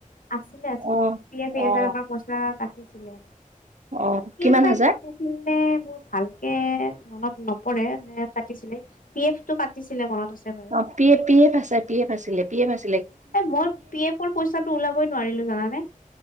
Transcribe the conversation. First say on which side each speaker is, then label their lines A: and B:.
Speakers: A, on the left; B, on the right.
A: আছিলে আছিলে
B: অ
A: পাজ পাজ
B: অ
A: আমাৰ পচলা কাটিছিলে।
B: অ কিমান
A: চাই
B: হাজাৰ
A: কাটিছিল নে মোৰ ভালকে। মনত নপৰে ন কাটিছিলে পি এফ টো কাটিছিলে মনত আছে। বাৰু
B: অ পিয়ে পিয়ে ফাচছে পিয়ে ফাছিলে পিয়ে ফাচ।
A: মই পি এফৰ পইচাটো ওলাবই নোৱাৰিলো জানানে।